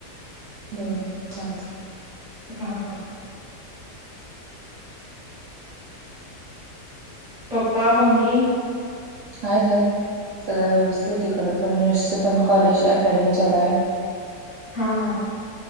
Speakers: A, on the right; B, in the centre.
A: बर बर चालतय.
B: हा हा. पप्पा मम्मी
A: हायत हायत सगळे व्यवस्तीत हायत ईकड पण यशच पण कॉलेज अकॅडमी चालूय.
B: हा हा हा